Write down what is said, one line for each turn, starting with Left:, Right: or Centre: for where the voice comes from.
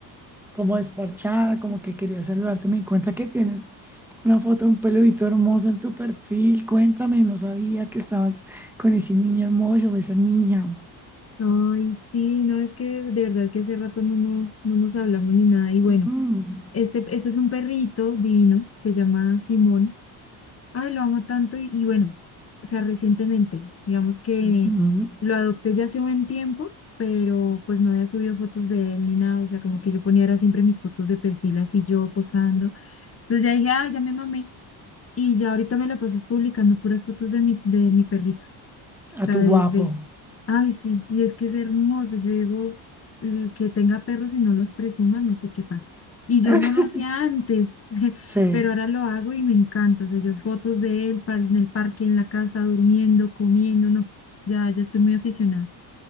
Centre: como desparchada, como que quería saludarte. Me di cuenta que tienes una foto de un peludito hermoso en tu perfil. Cuéntame, no sabía que estabas con ese niño hermoso, o esa niña.
Left: Ay, sí, no, es que de verdad que hace rato no nos, no nos hablamos ni nada. Y bueno,
Centre: Mm,
Left: este, este es un perrito divino, se llama Simón. Ay, lo amo tanto y, y bueno, o sea, recientemente, digamos que
Centre: ujú,
Left: lo adopté ya hace un buen tiempo, pero pues no había subido fotos de él ni nada, o sea, como que yo ponía era siempre mis fotos de perfil así yo posando. Entonces ya dije, ay, ya me mamé y ya ahorita me la pasas publicando puras fotos de mi, de mi perrito sea,
Centre: A tu
Left: de,
Centre: guapo.
Left: de- Ay, sí, y es que es hermoso. Yo digo, el que tenga perros y no los presuma, no sé qué pasa. Y yo
Centre: <laughs>
Left: no lo hacía antes, <laughs>
Centre: Sí.
Left: pero ahora lo hago y me encanta. O sea, yo fotos de él pa- en el parque, en la casa, durmiendo, comiendo, no, ya, ya estoy muy aficionada,